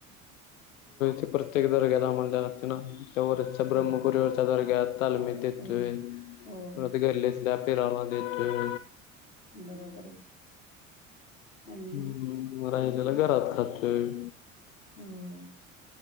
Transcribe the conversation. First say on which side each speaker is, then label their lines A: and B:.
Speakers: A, on the left; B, on the left.
A: थे प्रत्येक दर्ग्या आम्हाला लागते ना वचा
B: हं,
A: ब्रम्मपुरीवरचा दर्गात तालमी देतोय
B: होय, होय.
A: परत गल्लीतल्या पिराना देतोय
B: बरोबर आहे आणि
A: हम्म राहिलेला घरात खातोय
B: होय